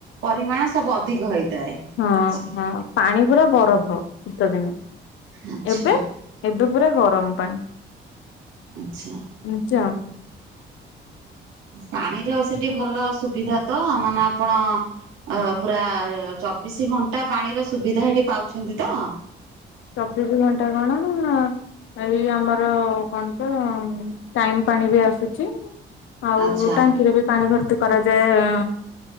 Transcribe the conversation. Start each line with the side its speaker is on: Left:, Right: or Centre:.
Right: ପରିମାଣ ସବୁ ଅଧିକ ହେଇଥାଏ
Left: ହଁ
Right: ଆଛା।
Left: ହଁ ପାଣି ପୁରା ବରଫ ଶୀତ ଦିନେ
Right: ଆଚ୍ଛା
Left: ଏବେ ଏବେ ପୁରା ଗରମ ପାଣି।
Right: ଆଚ୍ଛା।
Left: ଏମିତି ଆଉ।
Right: ପାଣିର ସେଠି ଭଲ ସୁବିଧା ତ ମାନେ ଆପଣ ଅ ପୁରା ଚବିଶି ଘଣ୍ଟା ପାଣିର ସୁବିଧା ଏଠି ପାଉଛନ୍ତି ତ?
Left: ଚବିଶ ଘଣ୍ଟା କଣ। ଏଇ ଆମର କଣ ତ ଟାଇମ ପାଣି ବି ଆସୁଛି। ଆଉ
Right: ଆଚ୍ଛା
Left: ଟାଙ୍କିରେ ବି ପାଣି ଭର୍ତ୍ତି କରାଯାଏ